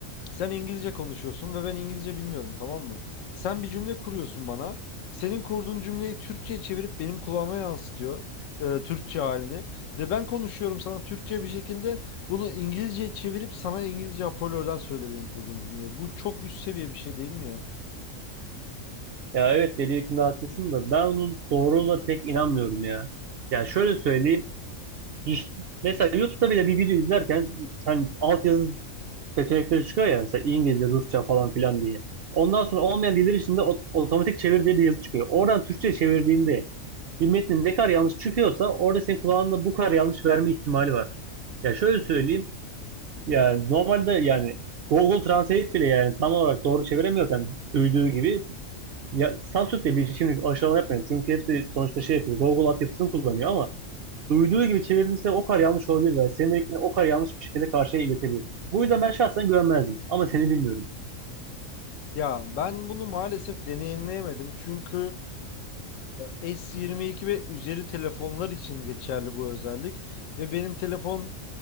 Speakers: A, on the left (about 70°); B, on the right (about 60°).
A: sen İngilizce konuşuyorsun ve ben İngilizce bilmiyorum tamam mı? Sen bir cümle kuruyorsun bana. Senin kurduğun cümleyi Türkçe'ye çevirip benim kulağıma yansıtıyor. e, Türkçe halini. Ve ben konuşuyorum sana Türkçe bir şekilde bunu İngilizce'ye çevirip sana İngilizce hoparlörden söylüyor benim kurduğum cümleyi. Bu çok üst seviye bir şey değil mi ya?
B: Ya evet dediğinde haklısın da ben onun doğruluğuna pek inanmıyorum ya. Yani şöyle söyleyeyim. İş- mesela YouTube'da bile bir video izlerken hani altyazı seçenekleri çıkıyor ya mesela İngilizce, Rusça falan filan diye. Ondan sonra olmayan diller içinde ot- otomatik çevir diye bir yazı çıkıyor. Oradan Türkçe çevirdiğinde bir metnin ne kadar yanlış çıkıyorsa orada senin kulağında bu kadar yanlış verme ihtimali var. Ya şöyle söyleyeyim. Yani normalde yani Google Translate bile yani tam olarak doğru çeviremiyorken duyduğu gibi ya Samsung de bir şimdi aşağılama yapmayın. Çünkü hepsi sonuçta şey yapıyor. Google altyapısını kullanıyor ama duyduğu gibi çevirdiyse o kadar yanlış olabilir. ve senin dediklerini o kadar yanlış bir şekilde karşıya iletebilir. Bu yüzden ben şahsen güvenmezdim. Ama seni bilmiyorum.
A: Ya ben bunu maalesef deneyimleyemedim. Çünkü e, S22 ve üzeri telefonlar için geçerli bu özellik. Ve benim telefon